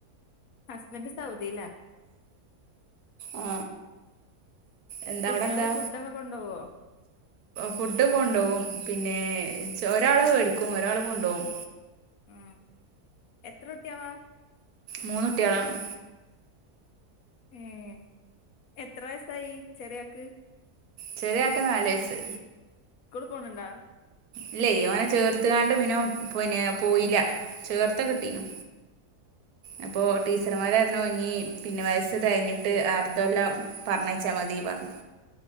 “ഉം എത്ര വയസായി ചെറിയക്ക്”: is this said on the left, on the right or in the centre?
Left